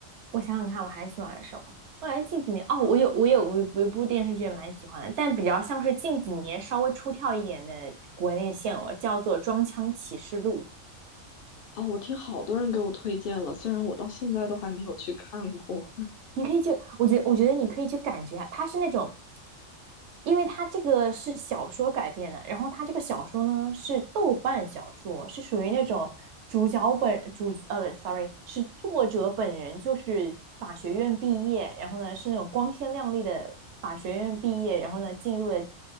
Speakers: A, on the right (about 65°); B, on the left (about 60°).
A: 我想想看，我还喜欢什么？我感觉近几年哦，我有我有我有一部电视剧也蛮喜欢的，但比较像是近几年稍微出挑一点的国内现偶，叫做《装腔启示录》。
B: 哦，我听好多人给我推荐了，虽然我到现在都还没有去看过。
A: 你可以去，我觉我觉得你可以去感觉啊，它是那种，因为它这个是小说改编的，然后它这个小说呢是豆瓣小说，是属于那种主角本主呃，sorry，是作者本人就是法学院毕业，然后呢是那种光鲜亮丽的法学院毕业，然后呢进入了